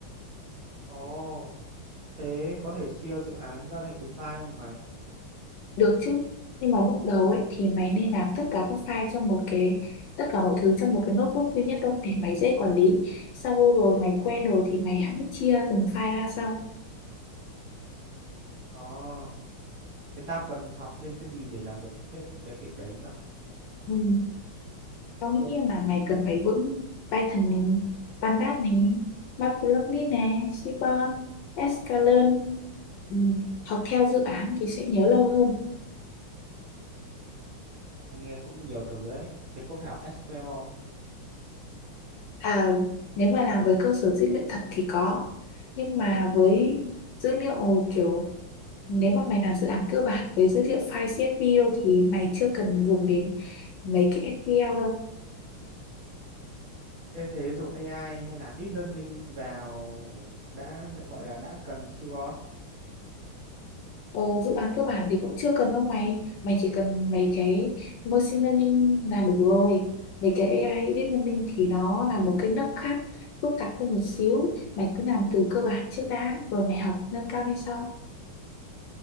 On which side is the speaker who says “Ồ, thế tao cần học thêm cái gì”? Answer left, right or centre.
Right